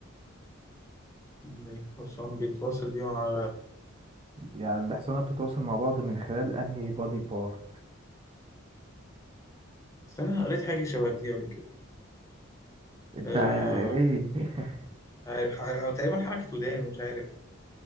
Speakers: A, on the left; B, on the right.
A: الحصان بيتواصل بيه مع
B: يعني الأحصنة بتتواصل مع بعض من خلال انهي بادي بارت
A: استنى انا قريت حاجة شبه دي قبل كده
B: انت
A: آه
B: ايه <laughs>
A: مش عارف ح- تقريبا حركة ودان ومش عارف